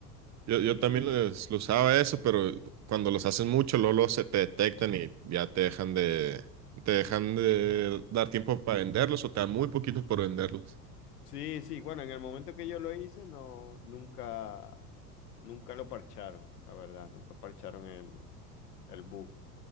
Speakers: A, on the right; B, on the left.
A: yo, yo
B: Y
A: también les- lo usaba eso, pero cuando los hacen mucho, luego, luego se te detectan y ya te dejan de, te dejan de dar tiempo para venderlos o te dan muy poquitos por venderlos.
B: sí, sí, bueno, en el momento que yo lo hice, no, nunca, nunca lo parcharon, la verdad, nunca parcharon el, el bug.